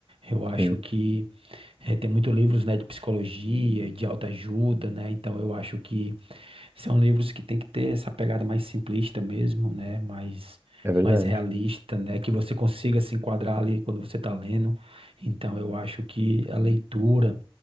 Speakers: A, on the right; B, on the right.
A: eu acho
B: sim,
A: que eh, tem muitos livros, né, de psicologia, de autoajuda, né? Então, eu acho que são livros que tem que ter essa pegada mais simplista mesmo, né? Mais,
B: é verdade.
A: mais realista, né? Que você consiga se enquadrar ali quando você está lendo. Então, eu acho que a leitura,